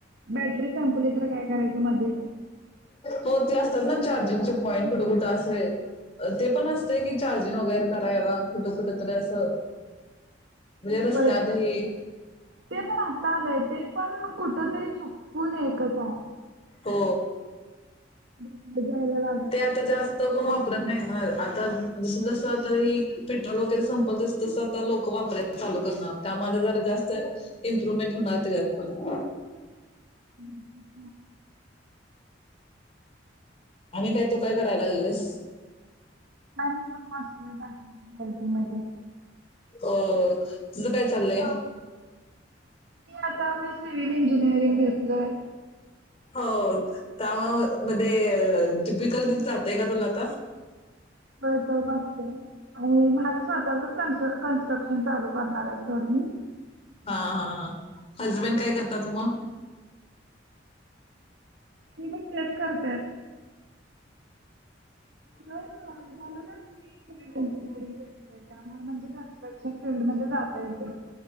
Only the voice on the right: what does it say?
बॅटरी संपली तर काय करायचं मध्येच
बर ते पण आता आलंय ते पण कुठ तरी चुकून एकच आहे.
आहे जायला लागल
हम्म.
काय नाही बघ बसलोय बाय हलदी मधे
मी आता मी सिव्हिल इंजिनिअरिंग घेतलंय
हो <unintelligible> आणि माझं स्वतःचं कन्स्ट्र कन्स्ट्रक्शन चालू करणार आहे सोड मी.
तेनी पण तेच करत्यात. होय, म्हणुनच मी सीव्हील इंजिनिअरिंग घेतय त्यामुळे म्हणजे, कन्स्ट्रक्शन फीलड मध्ये जाता येतय.